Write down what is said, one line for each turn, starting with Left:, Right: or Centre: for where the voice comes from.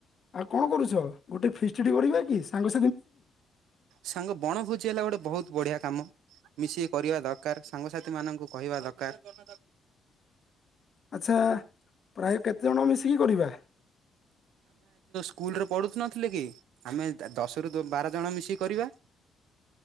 Left: ଆଉ କଣ କରୁଛ। ଗୋଟେ ଫିଷ୍ଟ ଡି କରିବା କି ସାଙ୍ଗ
Right: ସାଙ୍ଗ ବଣଭୋଜି ହେଲା ଗୋଟେ ବହୁତ ବଢିଆ କାମ। ମିଶିକି କରିବା ଦରକାର ସାଙ୍ଗସାଥି ମାନଙ୍କୁ କହିବା ଦକାର।
Left: ଆଚ୍ଛା ପ୍ରାୟ କେତେଜଣ ମିଶିକି କରିବା?
Right: ସ୍କୁଲ ରେ ପଢୁ ନଥିଲେ କି, ଆମ ଦା ଦଶ ରୁ ବାର ଜଣ ମିଶିକି କରିବା।